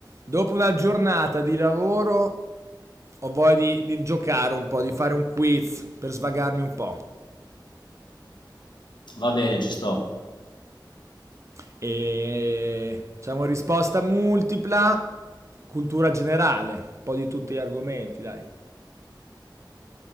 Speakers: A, on the right; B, on the left.
A: Dopo una giornata di lavoro ho voglia di, di giocare un po', di fare un quiz per svagarmi un po'.
B: Va bene, ci sto.
A: E diciamo risposta multipla, cultura generale, un po' di tutti gli argomenti, dai.